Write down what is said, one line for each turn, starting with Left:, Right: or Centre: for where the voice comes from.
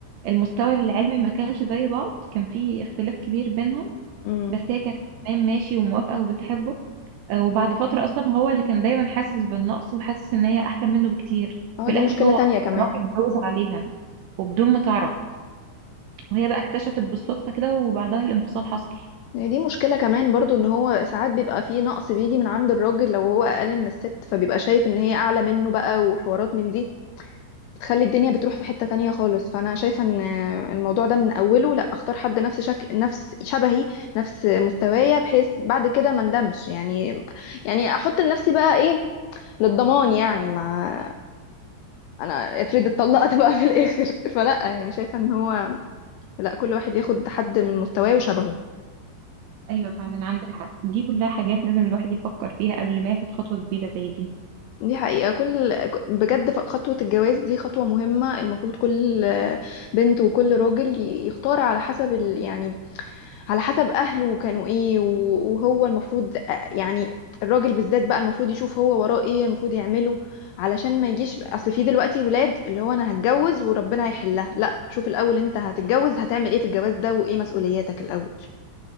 Right: المستوى العلمي ما كانش زي بعض كان في اختلاف كبير بينهم
Left: امم
Right: بس هي كانت تمام ماشي وموافقة وبتحبه آه، وبعد فترة أصلا هو اللي كان دايما حاسس بالنقص وحاسس إن هي أحسن منه بكتير
Left: اه
Right: في
Left: دي
Right: الآخر
Left: مشكله
Right: هو
Left: تانية
Right: أصلاً
Left: كمان
Right: راح اتجوز عليها وبدون ما تعرف وهي بقى اكتشفت بالصدفة كده وبعدها الانفصال حصل
Left: هي دي مشكله كمان برضو ان هو ساعات بيبقى فيه نقص بيجي من عند الراجل لو هو اقل من الست فبيبقى شايف ان هي اعلى منه بقى وحوارات من دي بتخلي الدنيا بتروح في حتة تانية خالص فأنا شايفة إن الموضوع ده من أوله لأ أختار حد نفس شك... نفس شبهي نفس مستوايا بحيث بعد كده ما ندمش يعني يعني أحط لنفسي بقى إيه للضمان يعني ما أنا افرض اتطلقت بقى في الآخر <laughs> فلأ يعني شايفة إن هو لأ كل واحد ياخد حد من مستواه وشبهه
Right: أيوة فعلا عندك حق دي كلها حاجات لازم الواحد يفكر فيها قبل ما ياخد خطوة كبيرة زي دي
Left: دي حقيقة كل ك- بجد ف- خطوة الجواز دي خطوة مهمة المفروض كل آه، بنت وكل راجل ي- يختار على حسب ال... يعني على حسب أهله كانوا إيه و- وهو المفروض أ- يعني الراجل بالذات بقى المفروض يشوف هو وراه إيه المفروض يعمله علشان ما يجيش أصل في دلوقتي ولاد اللي هو أنا هتجوز وربنا هيحلها لا شوف الأول أنت هتتجوز هتعمل إيه في الجواز ده وإيه مسؤولياتك الأول